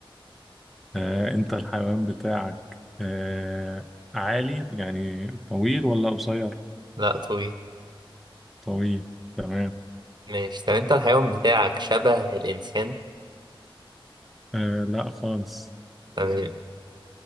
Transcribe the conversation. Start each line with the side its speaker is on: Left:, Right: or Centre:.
Centre: آه، أنت الحيوان بتاعك آه عالي يعني طويل ولا قصير؟
Right: لا طويل
Centre: طويل تمام
Right: ماشي طب أنت الحيوان بتاعك شبه الإنسان؟
Centre: آه لا خالص
Right: تمام